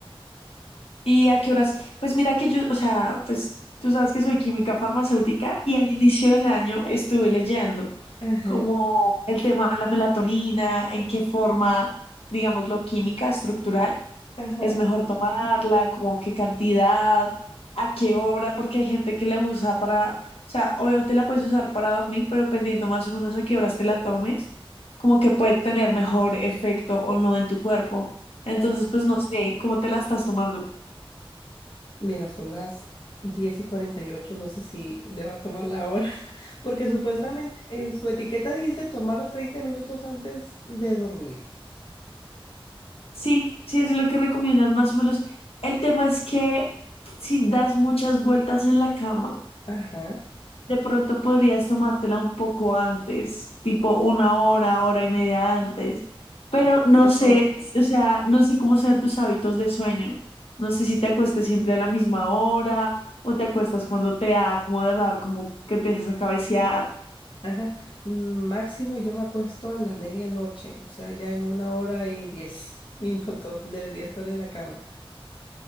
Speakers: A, on the left; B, on the left.
A: ¿Y a qué horas? Pues mira que yo, o sea, pues tú sabes que soy química farmacéutica y al inicio del año estuve leyendo
B: Ajá,
A: como el tema de la melatonina, en qué forma, digamos lo química estructural
B: ajá,
A: es mejor tomarla, como qué cantidad, a qué hora, porque hay gente que la usa para, o sea, obviamente la puedes usar para dormir, pero dependiendo más o menos a qué horas te la tomes, como que puede tener mejor efecto o no en tu cuerpo. Entonces,
B: ajá.
A: pues no sé cómo te la estás tomando.
B: Mira, son las 10 y 48. no sé si deba tomarla ahora, <laughs> porque supuestamente en su etiqueta dice tomarla 30 minutos antes de dormir.
A: Sí, sí, es lo que recomiendan más o menos. El tema es que si das muchas vueltas en la cama,
B: Ajá.
A: de pronto podrías tomártela un poco antes, tipo una hora, hora y media antes. Pero
B: Ojo,
A: no sé,
B: ahora,
A: o sea, no sé cómo sean tus hábitos de sueño. No sé si te acuestes siempre a la misma hora o te acuestas cuando te da como de raro, como que empiezas a cabecear.
B: Ajá. Mm, Máximo yo me acuesto a la medianoche, o sea, ya en una hora y 10 <laughs> minutos debería estar en la cama.